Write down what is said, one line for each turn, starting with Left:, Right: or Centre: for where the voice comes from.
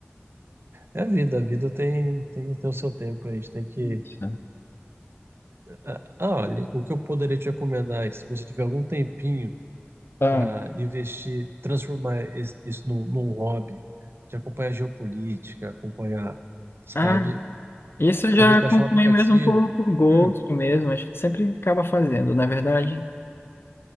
Right: É a vida, a vida tem, tem, tem o seu tempo, a gente tem que...
Left: Isso.
Right: Ah, ah, olha, o que eu poderia te recomendar é que se você tiver algum tempinho
Left: Ah,
Right: para investir, transformar es- isso num, num hobby, de acompanhar geopolítica, acompanhar, sabe?
Left: Ah, isso
Right: Ah,
Left: eu
Right: Talvez
Left: já acompanho
Right: baixar um aplicativo.
Left: mesmo por, por gosto
Right: Hum,
Left: mesmo, a gente sempre acaba fazendo, na verdade.